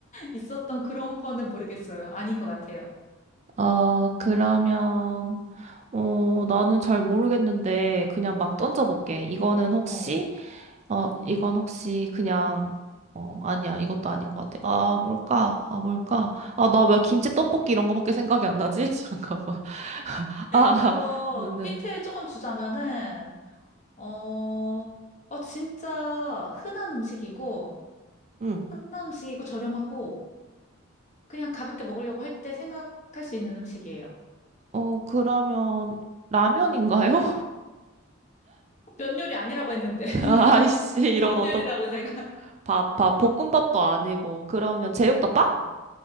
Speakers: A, on the left; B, on the right.
A: 있었던 그런 거는 모르겠어요. 아닌 것 같아요.
B: 아, 그러면, 어, 나는 잘 모르겠는데, 그냥 막 던져볼게. 이거는 혹시,
A: 어,
B: 어,
A: 음.
B: 이건 혹시 그냥, 어, 아니야. 이것도 아닌 것 같아. 아, 뭘까? 아, 뭘까? 아, 나 왜 김치 떡볶이 이런 거밖에 생각이 안 나지? <laughs> 잠깐만. 아,
A: 이거
B: 아, 너는,
A: 힌트 조금 주자면은, 어, 어, 진짜 흔한 음식이고,
B: 응.
A: 흔한 음식이고 저렴하고, 그냥 가볍게 먹으려고 할 때 생각할 수 있는 음식이에요.
B: 어, 그러면, 라면인가요?
A: 면 요리 아니라고 했는데, <laughs>
B: <laughs> 아이씨, 이런
A: 밥
B: 어떡,
A: 요리라고 제가.
B: 밥, 밥, 볶음밥도 아니고, 그러면 제육덮밥?
A: 어,